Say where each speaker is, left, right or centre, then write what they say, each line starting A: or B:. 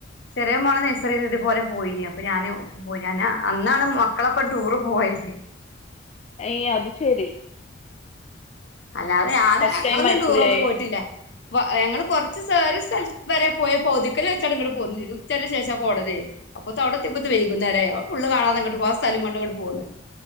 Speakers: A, on the left (about 60°); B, on the left (about 35°).
A: ചെറ്യേ മോളെ നെയ്സെറീന്ന് തേപോലെ പോയീനി അപ്പ ഞാന് പോയി ഞാ അന്നാണ് മക്കളെപ്പ ടൂറ് പോയത്
B: ഏയ് അത് ശെരി
A: അല്ലാതെ ഞാന്
B: ഫസ്റ്റ്
A: ഞങ്ങളൊന്നും
B: ടൈം ആയിരിക്കുംല്ലേ
A: ടൂറോന്നും പോയ്ട്ടില്ല. ഞങ്ങള് കൊർച്ച് സേർ സ്ഥല വേ പോയ പൗതുക്കലൽ വെച്ചാണ് ഇങ്ങട്ടടെ പോകുന്ന ഉച്ചേ ശേഷ പോണേതെ അപ്പൊ അവിടത്തെപതന്നെ വൈകുന്നേരേ ഫുള്ള് കാണാതെങ്ങട്ട് പോ ആ സ്ഥലം കണ്ട്ങ്ങട്ട് പോന്ന്